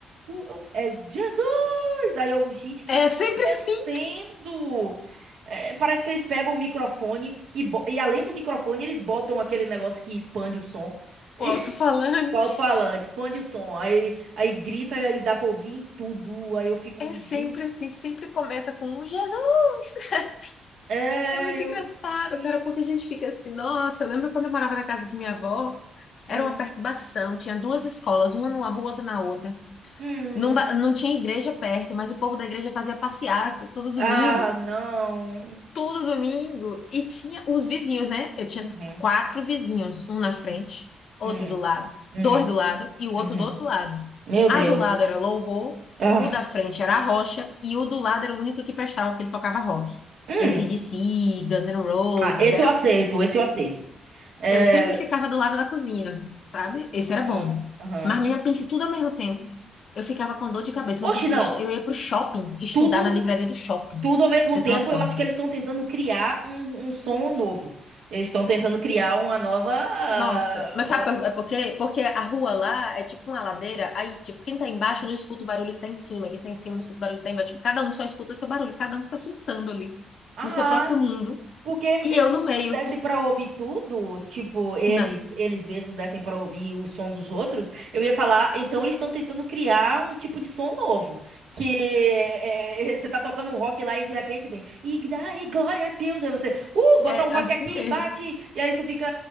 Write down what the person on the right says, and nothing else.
"Uh, uh", é Jesus! Aí eu, gente, o que
que tá
acontecendo?
É, parece que eles pegam o microfone e, bo- e além do microfone, eles botam aquele negócio que expande o som. E
<laughs> O alto-falante, expande o som, aí, aí grita, aí dá pra ouvir em tudo, aí eu fico,
gente,
é,
eu,
gente,
hum,
hum,
ah, não,
uhum,
hum,
hum,
uhum.
Meu
Deus,
ah,
hum,
ah, esse
eu aceito, esse eu aceito, é,
aham,
aham.
Oxe,
não,
tudo,
tudo ao mesmo
tempo,
eu acho que eles estão tentando criar um, um som novo, eles estão tentando criar uma nova, ah,
ah,
Ah,
porque
eh,
se
desse pra ouvir tudo, tipo, eles,
eles mesmos dessem pra ouvir o som dos outros, eu ia falar, então eles estão tentando criar um tipo de som novo, que eh, eh, você tá tocando um rock lá e de repente vem, e ai, glória a Deus, aí você, uh, botar
um rock
aqui,
bate, e aí você fica,